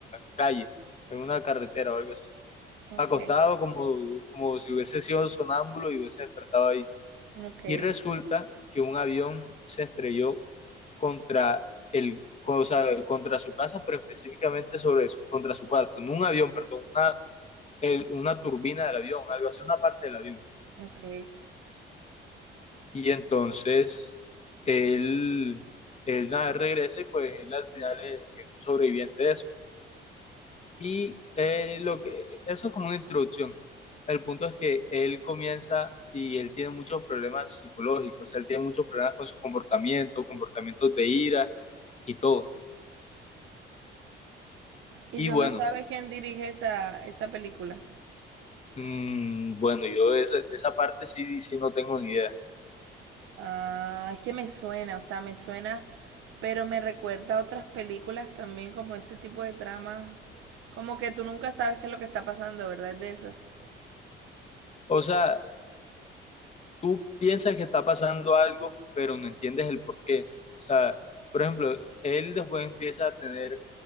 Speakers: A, on the left; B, on the right.
A: calle, en una carretera o algo así,
B: Ok,
A: acostado como, como si hubiese sido sonámbulo y hubiese despertado ahí.
B: ok,
A: Y resulta que un avión se estrelló contra el, o sea, contra su casa, pero específicamente sobre eso, contra su cuarto, no un avión, perdón, una el- una turbina del avión, algo así, una parte del avión.
B: ok.
A: Y entonces él, él nada, regresa y pues él al final es es sobreviviente de eso. Y eh, lo que, eso es como una introducción. El punto es que él comienza y él tiene muchos problemas psicológicos, él tiene muchos problemas con su comportamiento, comportamientos de ira y todo.
B: ¿Y
A: Y
B: tú
A: bueno,
B: no sabes quién dirige esa, esa película?
A: mm, bueno, yo de esa, de esa parte sí, sí no tengo ni idea.
B: Ah, es que me suena, o sea, me suena, pero me recuerda a otras películas también, como ese tipo de trama. Como que tú nunca sabes qué es lo que está pasando, ¿verdad? Es de esas.
A: O sea, tú piensas que está pasando algo, pero no entiendes el por qué. O sea, por ejemplo, él después empieza a tener